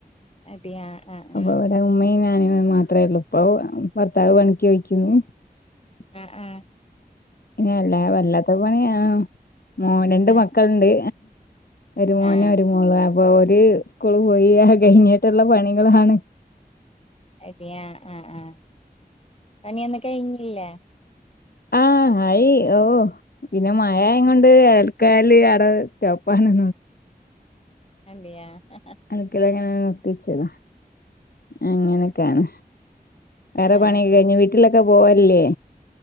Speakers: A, on the left (about 35°); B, on the left (about 65°).
A: അതെ ആഹ് ആഹ്
B: അപ്പൊ
A: ആഹ്
B: ഇവിടെ ഉമ്മയും ഞാനും മാത്രമേ ഉള്ളൂ ഇപ്പ ഭർത്താവ് പണിക്ക് പോയിക്കണ്
A: ആഹ് ആഹ്
B: ഇനല്ലേ വല്ലാത്ത പണിയ മോനണ്ട്
A: ആ
B: മക്കളുണ്ട് ഒരു
A: ആ
B: മോനും ഒരു മോളും അപ്പൊ ഒരു സ്കൂള് പോയി കഴിഞ്ഞിട്ടുള്ള പണികളാണ്
A: അത ആഹ് ആഹ് പണിയൊന്ന കഴഞ്ഞില്ലേ
B: ആഹ് ആയി ഓ പിന്നെ മഴ ആയ കൊണ്ട് അലക്കൽ അവിടെ സ്റ്റോപ്പ് ആണ്
A: അല്ലയാ <inaudible>
B: അലക്കല് അങ്ങനെ നിർത്തിവച്ചത അങ്ങനെയൊക്കെയാണ് വേറെ
A: ആഹ്
B: പണിയ കഴിഞ്ഞു വീട്ടിലൊക്കെ പോവല്ലേ